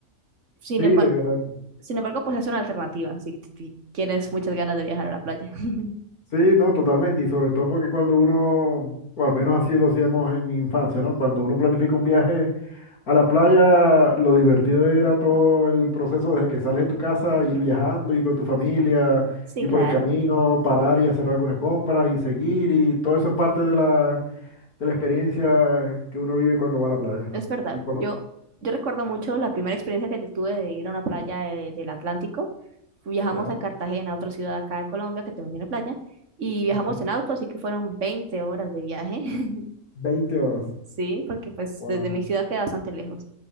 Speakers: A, on the right (about 55°); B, on the left (about 85°).
A: Sin
B: Sí, de
A: emba-
B: verdad.
A: sin embargo, pues es una alternativa si si tienes muchas ganas de viajar a la playa. <laughs>
B: Sí, no, totalmente. Y sobre todo porque cuando uno, o al menos así lo hacíamos en mi infancia, ¿no? Cuando uno planifica un viaje a la playa, lo divertido era todo el proceso desde que sales de tu casa, ir viajando, ir con tu familia,
A: Sí,
B: ir
A: claro.
B: por el camino, parar y hacer algunas compras y seguir. Y todo eso es parte de la, de la experiencia que uno vive cuando va a la playa.
A: Es verdad,
B: Y por
A: yo,
B: lo...
A: yo recuerdo mucho la primera experiencia que yo tuve de ir a una playa de- del Atlántico. Viajamos
B: Ya,
A: a Cartagena, otra ciudad acá de Colombia que también tiene playa, y viajamos
B: ya.
A: en auto, así que fueron 20 horas de viaje. <laughs>
B: veinte horas.
A: Sí, porque pues
B: Wow.
A: desde mi ciudad queda bastante lejos.